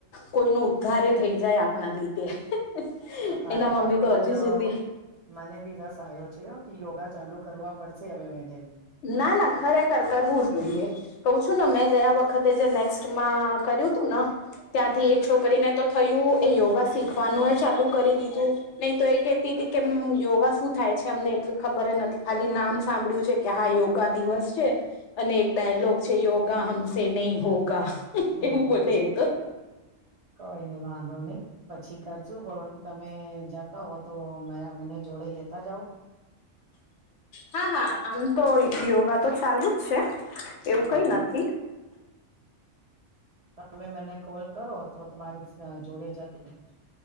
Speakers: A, on the left; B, on the right.
A: કોઈ ન ઉદ્ધાર થઈ જાય આપણા લીધે-
B: તો તારી
A: એના
B: બાતોથી
A: મમ્મી હજુ
B: તો-
A: સુધી
B: મને બી રસ આવ્યો છે. કે યોગા ચાલુ કરવા પડશે હવે મેને-
A: ના ના ખરેખર કરવું જોઈએ. કઉ છું ને મેં ગયા વખતે જે નેક્સ્ટમાં કર્યું હતું ને -ત્યાંથી એક છોકરીને તો થયું એ યોગા શીખવાનું એ ચાલુ કરી દીધું- નહી તો એ કેહેતી હતી કે યોગા શું થાય છે. અમને એટલી ખબર નથી ખાલી નામ સાંભળ્યું છે. કે હા યોગા દિવસ છે અને એક ડાયલોગ છે. યોગા હમસે નહીિ હોગ-
B: હમ
A: એવું બોલે એ તો.
B: કઈ નઈ વાંધો નહી પછી કરશું પણ તમે જાતા હો તો મે અને જોડે લેતા તતા જાાવ <inaudible>
A: હા હા આમ તો યોગા તો ચાલુ જ છે. એવું
B: તમે
A: કઈ નથી- હ <inaudible>
B: તમે મને કોલ કરો તો તમારી જોડે જતી-